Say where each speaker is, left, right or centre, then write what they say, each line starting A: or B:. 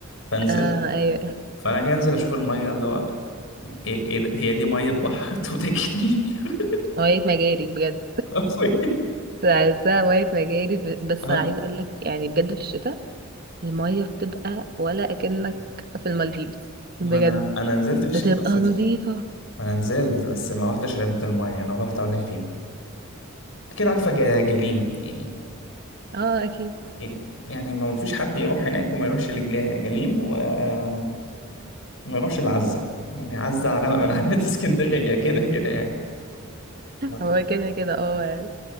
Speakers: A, on the left; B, on the right.
A: فنزلت
B: آه أيوة
A: فانا جاي انزل اشوف الميه اللي هو ايه, إيه ده؟ هي دي ميه بحر انتوا متاكدين <laughs>
B: مية مجاري بجد
A: حرفياً.
B: عايزاها مية مجاري ب- بس
A: أه،
B: عايز أقولك يعني بجد في الشتاء المية بتبقى ولا أكنك في المالديف بجد
A: ما انا انا نزلت في الشتاء
B: بتبقى
A: بس
B: نظيفة
A: مش ما انا نزلت بس ما رحتش عند الميه انا رحت اقول لك فين اكيد عارفه جا- جليم يعني
B: اه أكيد
A: أكيد. يعني ما فيش حد يروح هناك وما يروحش لجليم جليم وما يروحش لعزه يعني عزه علامه من علامات <laughs> اسكندريه كده كده يعني <laughs>
B: هو كده كده اه يعني.